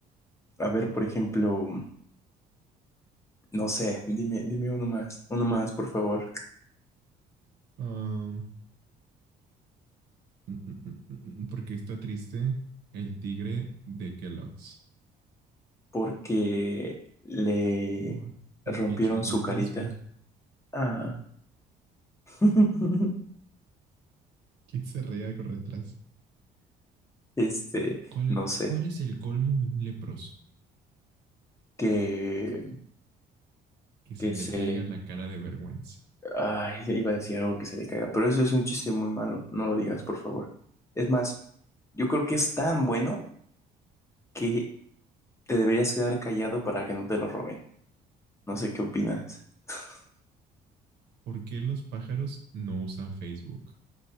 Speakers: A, on the left; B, on the right.
A: a ver, por ejemplo, no sé, dime, dime uno más, uno más, por favor,
B: Um, mm, mm, mm, mm, mm, ¿Por qué está triste el tigre de Kellogg's?
A: porque le
B: Por- porque
A: rompieron
B: Choco
A: su carita.
B: Crispy,
A: Ah, <laughs>
B: que se reía por detrás.
A: este,
B: ¿Cuál,
A: no
B: e-
A: sé,
B: cuál es el colmo de un leproso?
A: que,
B: Que se
A: que se
B: le caiga
A: le,
B: la cara de vergüenza.
A: ay, iba a decir algo que se le caiga, pero eso es un chiste muy malo, no lo digas, por favor. Es más, yo creo que es tan bueno que te deberías quedar callado para que no te lo roben. No sé qué opinas. <laughs>
B: ¿Por qué los pájaros no usan Facebook?